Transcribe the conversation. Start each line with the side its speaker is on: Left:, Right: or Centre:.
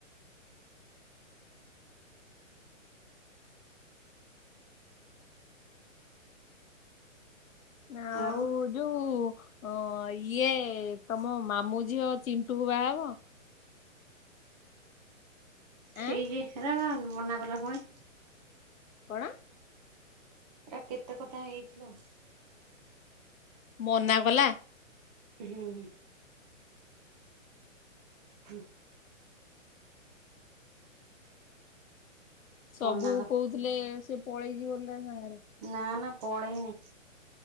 Left: ନାଉଦ୍
Right: ଆଉ
Left: ଯୋଉ ଅ ଇଏ ତମ ମାମୁ ଝିଅ ଚିଣ୍ଟୁ କୁ ବାହା ହବ?
Right: ଠିକି
Left: ଆଁ
Right: ହେରାପା ମନା କଲା ପୁଣି।
Left: କଣ
Right: ତା କେତେ କଥା ହେଇଚିଲୋ।
Left: ମନା ବଲା
Right: ହଁ ହଁ ହୁଁ
Left: ସବୁ
Right: ମନା କର
Left: କହୁଥିଲେ ସେ ପଳେଇ ଜିବ ବୋଲି ତା ସାଙ୍ଗରେ।
Right: ନା, ନା ପଳେଇନି